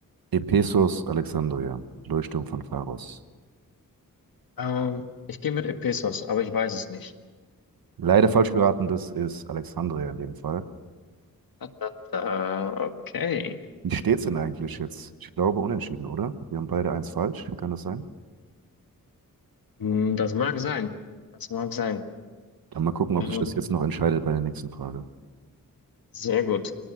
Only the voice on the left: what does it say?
ähm, ich gehe mit Ephesos, aber ich weiß es nicht.
Da, da, da. Okay.
Hm, Das mag sein. Das mag sein.
Ähm,
sehr gut.